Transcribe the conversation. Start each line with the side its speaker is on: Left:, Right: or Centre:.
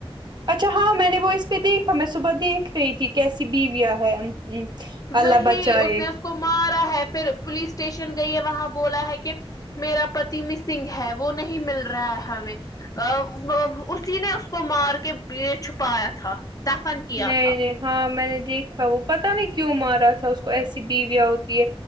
Right: اچھا ہاں میں نے وہ اس پہ دیکھا میں صبح دیکھ رہی تھی کیسی بیویا ہے یعچ اللہ
Left: وہی
Right: بچائے
Left: اس نے اس کو مارا ہے پھر پولیس اسٹیشن گئی ہے وہاں بولا ہے کہ میرا پتی مسنگ ہے وہ نہیں مل رہا ہے ہمیں ا وہ اسی نے اس کو مار کے یہ چھپایا تھا دفن کیا
Right: نہیں
Left: تھا
Right: نہیں ہاں میں نے دیکھا ہے پتہ نہیں کیوں مار را تھا اس کو ایسی بیویا ہوتی ہے